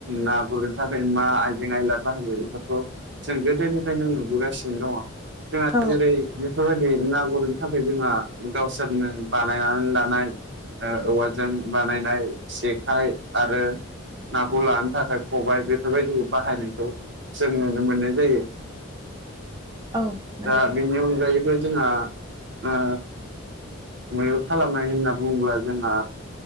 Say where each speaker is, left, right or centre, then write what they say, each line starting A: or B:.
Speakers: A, on the right; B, on the right.
A: ना गुरनो थाखाय मा आयजें आयला बाहायो बेफोरखौ' जों गोदोनिफ्रायनो नुबोगासिनो दङ जोंहा
B: औ
A: जेरै बेफोरबायदि ना गुरनो थाखाय जोंहा गावसोरनो बानायनानै लानाय ओ औवाजों बानायनाय जेखाइ आरो नाखौ लानो थाखाय खबाय बेफोरबायदिखौ बाहायनायखौ जों नुनो मोननाय जायो।
B: औ नंगौ
A: दा बेनि अनगायैबो जोंहा ओ मैहुर खालामनाय होनना बुङोब्ला जोंहा